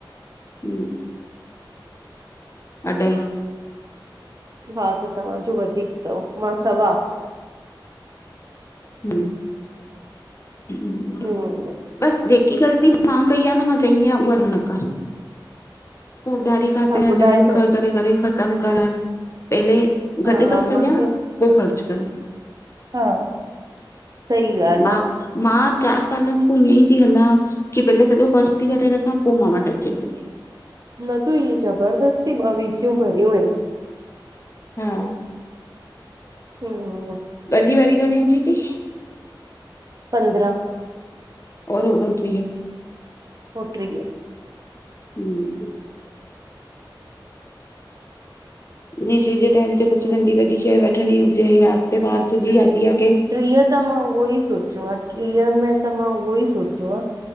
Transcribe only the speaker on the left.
हम अढाई
हम ह
<inaudible> बसि जेकी ग़लती मां कई आहे न मां चाहींदी आहियां उहा न कर। पो उधारी खाते
हलणु,
ख़र्च करे करे ख़तमु करणु, पहले
गॾु करे सज्या,
पोइ ख़र्चु कर।
मां
मां चारि सालनि खां ईअं ई थी हलां। की भले सॼो फर्ज़ थी करे रखां पोइ मां वटि अचे थो।
हा
गली वारी घणे जी थी?
ओर होॾंओ टीह।
हूं निशी जे टैम ते कुछ
नंढ़ी -शय वठणी हुजे, या अॻते भा जी शादी आ।